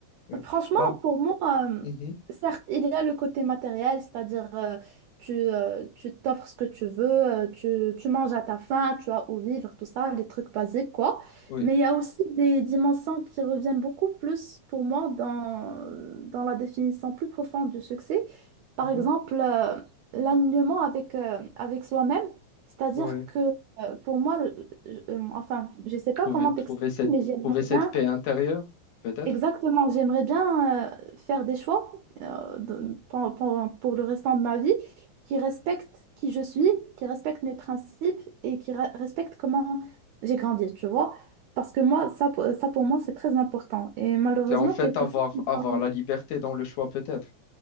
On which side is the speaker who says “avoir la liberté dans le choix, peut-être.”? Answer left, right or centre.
Left